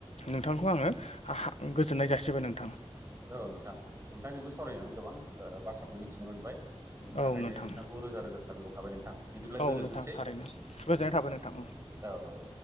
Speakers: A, on the left (about 90°); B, on the right (about 25°).
A: नोंथांखौ आङो हा हा गोजोननाय जासिबाय नों
B: औ नोंथां नोंथांजोंबो सावरायनायाव गोबां ओ बाथ्राखौ मिथिनो मोनबाय बेनि थाखायनो
A: औ नोंथां
B: नोंथांखौ रोजा रोजा साबायखर थाबाय नोंथां बिदिब्ला
A: औ
B: गोजोनथोंसै।
A: नोंथां थारैनो गोजोननाय थाबाय नोंथां
B: औ औ।